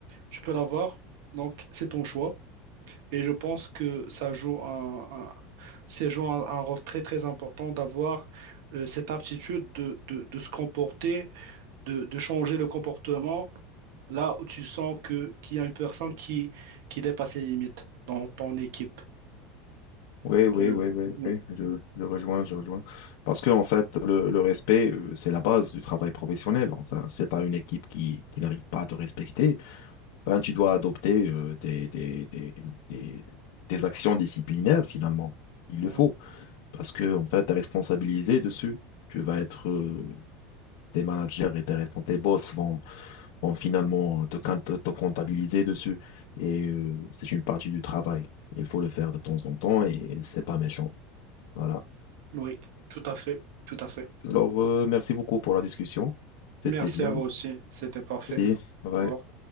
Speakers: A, on the right (about 70°); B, on the left (about 65°).
A: tu peux l'avoir, donc c'est ton choix. Et je pense que ça joue un, un- ça joue un, un rôle très très important d'avoir euh, cette aptitude de, de- de se comporter, de, de changer le comportement là où tu sens que qu'il y a une personne qui, qui dépasse les limites dans ton équipe.
B: Oui, oui,
A: Euh,
B: oui, oui,
A: oui,
B: oui, je, je rejoins, je rejoins. Parce que, en fait, le, le respect, euh, c'est la base du travail professionnel. Enfin, si tu as une équipe qui, qui n'arrive pas à te respecter, ben, tu dois adopter euh, des, des, des, des, des actions disciplinaires, finalement. Il le
A: Mhm.
B: faut. Parce que, en fait, tu es responsabilisé dessus. Tu vas être, euh, tes managers et tes, respons- tes boss vont, vont finalement te, quint- te comptabiliser dessus. Et euh, c'est une partie du travail. Il faut le faire de temps en temps et c'est pas méchant. Voilà.
A: Oui, tout à fait, tout à fait.
B: Alors, euh, merci beaucoup pour la discussion. C'était
A: Merci
B: bien.
A: à vous
B: C'était
A: aussi, c'était parfait.
B: Merci. C'était Ouais.
A: Au revoir.